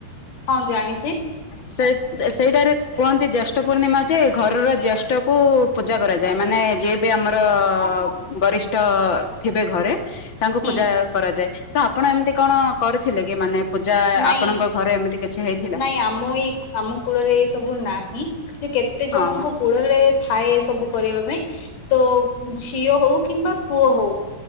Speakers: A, on the left; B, on the left.
A: ହଁ ଜାଣିଚି।
B: ସେ ସେଇଟାରେ କୁହନ୍ତି ଜେଷ୍ଠ ପୂର୍ଣ୍ଣିମା ଯେ ଘରର ଜ୍ୟେଷ୍ଠ କୁ ପୂଜା କରାଯାଏ। ମାନେ ଯିଏ ବି ଆମର ବରିଷ୍ଠ ଥିବେ ଘରେ ତାଙ୍କୁ
A: ହୁଁ
B: ପୂଜା କରାଯାଏ ତ ଆପଣ ଏମିତି କଣ କରିଥିଲେ କି ମାନେ ପୂଜା
A: ନାଇଁ
B: ଆପଣଙ୍କ ଘରେ ଏମିତି କିଛି ହେଇଥିଲା?
A: ନାଇଁ ଆମ ଏ ଆମ କୂଳରେ ଏ ସବୁ ନାହିଁ। କେତେ ଜଣଙ୍କ
B: ହଁ
A: କୂ ଳ ରେ ଥାଏ ଏ ସବୁ କରିବା ପାଇଁ। ତ ଝିଅ ହଉ କିମ୍ବା ପୁଅ ହଉ